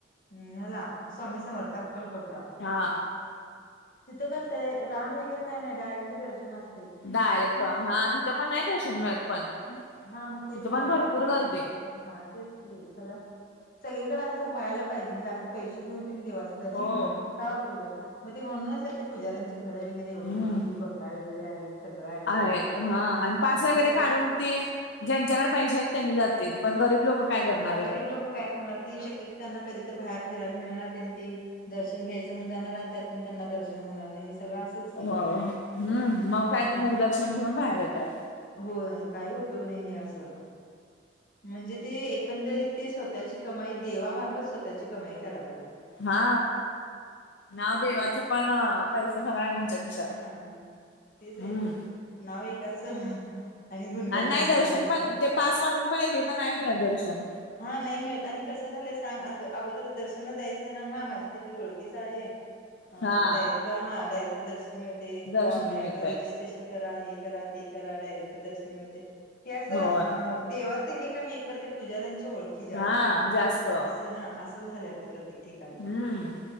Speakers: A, on the left; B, on the left.
A: ह्याला स्वामी समर्थ अक्कलकोटला.
B: हा
A: तिथं कसं ये रांग वगैरे काय नाही डायरेक्ट दर्शन अस
B: डायरेक्ट हा तिथं पण नाही दर्शन मिळत पण
A: हा मग तेच
B: तिथं
A: म्हणाले
B: पण भरपूर
A: ना सगळे
B: गर्दी
A: हा तेच की खर सगळीकडें असं व्हायला पाहिजे हे असं पैसे घेऊन तुम्ही देवाचं दर्शन
B: हो.
A: देणार मग काय उयोग आहे मग ते म्हणूनचल ते पुजाऱ्यांची घर वगैरे एवढी
B: हम्म
A: मोठी बंगला वगैरे आहे सगळं आहे
B: आहेत
A: हा
B: आणि पास वगैरे
A: तेच.
B: काढून ते ज्यांच्याकडे पैसे आहेत त्यांनी जातील पण गरीब लोक काय करणार आहेत?
A: गरीब लोक काय करणार हे शक्यतो त्यांना कधीतरी तर बाहेर फिरायला मिळणार त्यां ते दर्शन घ्यायचं म्हणून जाणार आणि त्यात पण त्यांना दर्शन होणार नाही हे सगळं असंच. की
B: हो हम्म
A: हम्म
B: मग काय तेे मुख दर्शन घेऊन बाहेर येतात.
A: होय काही उपयोग नाही हे असं म्हणजे ते एकंदरीत ते स्वतः स्वतःची कमाई देवामार्फत स्वतःची कमाई कराय लागली.
B: हा नाव देवाच प ना पैसा सगळा यांच्या खिशात.
A: हा तेच आहे
B: हम्म
A: तर. नाव एकाचं आणि गुणगाण
B: नाही
A: एकाच
B: दर्शन
A: असं.
B: पण ते पास काढून पण एक एकदा नाही मिळत दर्शन.
A: हा नाही मिळत आणि कसं झालंय सांग आता अगोदर दर्शनला जायचंय ना हा माझे तिथे ओळखीच आहे
B: हा
A: डायरेक्ट हा डायरेक्ट दर्शन मिळतो. किंवा
B: दर्शन
A: ऑनलाईन
B: मिळतय
A: रजिस्ट्रेशन करा हे करा ते करा डायरेक्ट दर्शन मिळते. क असं
B: होय
A: अ देवाचं हे कमी एक खर ते पुजाऱ्यांची ओळख
B: हा
A: त
B: जास्त
A: अस हां असं जास्त झालय आता प्रत्येक ठिकाणी
B: हम्म.